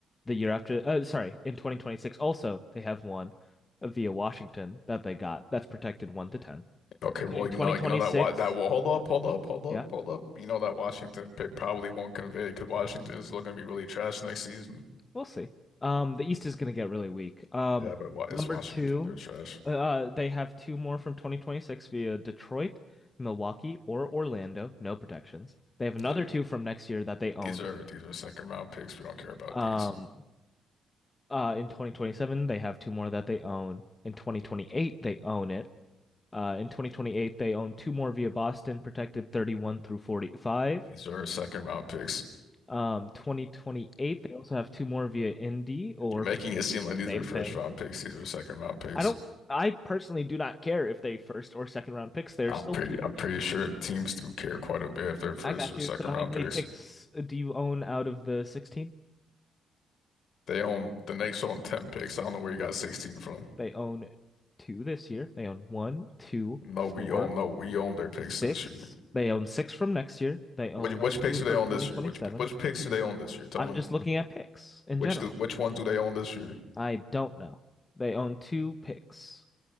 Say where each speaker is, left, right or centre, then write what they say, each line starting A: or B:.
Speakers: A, on the left (about 25°); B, on the left (about 65°).
A: The year after, uh, sorry, in 2026 also they have one uh, via Washington that they got that's protected 1 to 10.
B: Okay, well,
A: In
B: you
A: 2026,
B: know, you know that wa that well, hold up, hold up, hold up,
A: yeah.
B: hold up. You know that Washington pick probably won't convey because Washington is still gonna be really trash next season.
A: We'll see. Um, the East is going to get really weak. Um,
B: Yeah, but wa it's
A: number
B: Washington.
A: two,
B: They're trash.
A: uh, they have two more from 2026 via Detroit, Milwaukee, or Orlando. No protections. They have another
B: These are
A: two from next year that they own.
B: these are these are second round picks. We don't care about
A: Um,
B: these.
A: uh, in 2027, they have two more that they own. In 2028, they own it. Uh, in 2028, they own two more via Boston, protected 31 through 45.
B: These are second round picks.
A: Um, 2028, they also have two more via Indy or
B: You're
A: Phoenix.
B: making it seem like these
A: Same
B: are first
A: thing.
B: round picks. These are second round picks.
A: I don't, I personally do not care if they first or second round picks. They're
B: I'm
A: still
B: pretty
A: people.
B: I'm pretty sure teams do care quite a bit if they're first
A: I got
B: or
A: you.
B: second
A: So how
B: round
A: many
B: picks.
A: picks do you own out of the 16?
B: They own the Knicks own 10 picks. I don't know where you got 16 from.
A: They own two this year. They own one, two,
B: No,
A: four,
B: we own no, we own their picks
A: six.
B: this year.
A: They own six from next year. They own
B: Which which picks
A: two
B: do they
A: from
B: own
A: 2027.
B: this year? Which pi- which picks do they own this year? Tell
A: I'm
B: me.
A: just looking at picks in
B: Which
A: general.
B: do, which ones do they own this year?
A: I don't know. They own two picks.